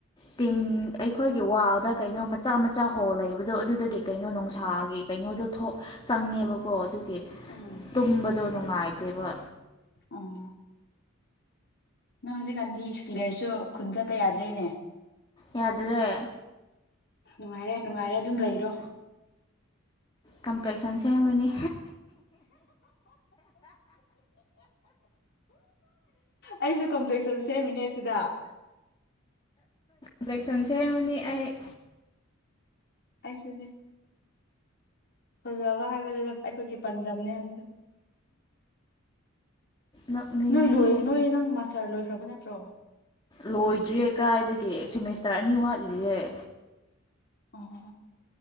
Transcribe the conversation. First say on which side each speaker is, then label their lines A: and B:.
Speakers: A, on the left; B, on the left.
A: ꯇꯤꯟ ꯑꯩꯈꯣꯏꯒꯤ ꯋꯥꯜꯗ ꯀꯩꯅꯣ ꯃꯆꯥ ꯃꯆꯥ ꯍꯣꯜ ꯂꯩꯕꯗꯣ ꯑꯗꯨꯗꯒꯤ ꯀꯩꯅꯣ ꯅꯨꯡꯁꯥꯒꯤ ꯀꯩꯅꯣꯗꯣ ꯆꯪꯉꯦꯕꯀꯣ ꯑꯗꯨ
B: ꯎꯝ
A: ꯇꯨꯝꯕꯗꯨꯣ ꯅꯨꯡꯉꯥꯏꯇꯦꯕ
B: ꯑꯥ ꯅꯪ ꯍꯧꯖꯤꯛꯀꯥꯟꯗꯤ ꯁꯨꯇꯤ ꯂꯩꯔꯁꯨ ꯈꯨꯟ ꯆꯠꯄ ꯌꯥꯗ꯭ꯔꯦꯅꯦ
A: ꯌꯥꯗꯨꯔꯦ
B: ꯅꯨꯡꯉꯥꯏꯔꯦ ꯅꯨꯡꯉꯥꯏꯔꯦ ꯑꯗꯨꯝ ꯂꯩꯔꯣ
A: ꯀꯝꯄ꯭ꯂꯦꯛꯁꯟ ꯁꯦꯝꯕꯅꯤ
B: ꯑꯩꯁꯨ ꯀꯝꯇꯦꯛꯁꯟ ꯁꯦꯝꯃꯤꯅꯦ ꯁꯤꯗ
A: ꯏ꯭ꯂꯦꯛꯁꯟꯁꯦ ꯍꯅꯤ ꯍꯥꯏ
B: ꯑꯩꯁꯅꯦ ꯐꯖꯕ ꯍꯥꯏꯕꯗꯨꯗ ꯑꯩꯈꯣꯏꯒꯤ ꯄꯥꯟꯗꯝꯅꯦ ꯍꯥꯏꯕꯗꯣ
A: ꯅꯛꯅꯤꯡꯉꯦꯍꯦ
B: ꯅꯣꯏ ꯂꯣꯏ ꯅꯣꯏ ꯅꯪ ꯃꯥꯁꯇꯔ ꯂꯣꯏꯈ꯭ꯔꯕ ꯅꯠꯇ ꯠꯇ꯭ꯔꯣ
A: ꯂꯣꯏꯗ꯭ꯔꯤꯦ ꯀꯥꯏꯗꯒꯤ ꯁꯦꯃꯤꯁꯇꯔ ꯑꯅꯤ ꯋꯥꯠꯂꯤꯌꯦꯦ
B: ꯑꯣ